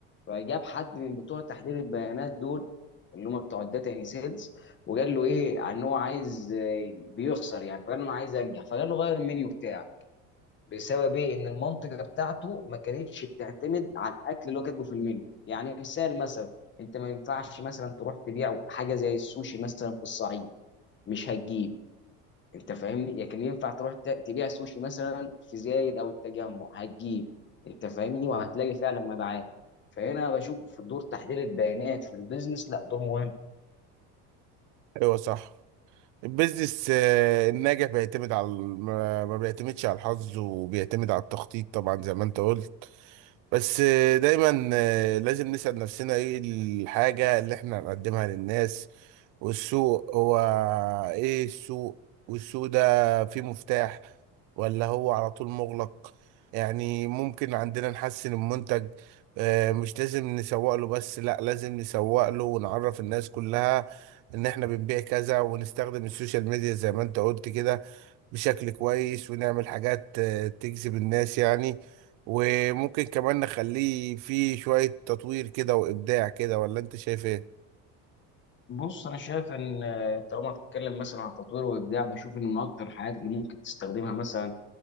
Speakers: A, on the left; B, on the right.
A: فجاب حد من بتوع تحليل البيانات دول اللي هم بتوع الداتا يعني سيلز وقال له ايه عن ان هو عايز آه، بيخسر يعني فقال له انا عايز انجح فقال له غير المنيو بتاعك بسبب ايه ان المنطقه بتاعته ما كانتش بتعتمد على الاكل اللي هو كاتبه في المنيو يعني مثال مثلا انت ما ينفعش مثلا تروح تبيع حاجه زي السوشي مثلا في الصعيد مش هتجيب انت فاهمني لكن ينفع تروح ت- تبيع سوشي مثلا في زايد او التجمع هتجيب انت فاهمني وهتلاقي فعلا مبيعات فهنا بشوف دور تحليل البيانات في البيزنس لا دور مهم
B: ايوه صح البيزنس آه، الناجح بيعتمد على الم- ما بيعتمدش على الحظ وبيعتمد على التخطيط طبعا زي ما انت قلت بس دايما آه، لازم نسأل نفسنا ايه الحاجة اللي احنا هنقدمها للناس والسوق هو ايه السوق والسوق ده فيه مفتاح ولا هو على طول مغلق يعني ممكن عندنا نحسن المنتج آه، مش لازم نسوق له بس لا لازم نسوق له ونعرف الناس كلها ان احنا بنبيع كذا ونستخدم السوشيال ميديا زي ما انت قلت كده بشكل كويس ونعمل حاجات آه، تجذب الناس يعني وممكن كمان نخليه فيه شوية تطوير كده وإبداع كده ولا أنت شايف إيه؟
A: بص انا شايف ان آه، طالما هتتكلم مثلا عن تطوير وابداع بشوف ان من اكتر الحاجات اللي ممكن تستخدمها مثلا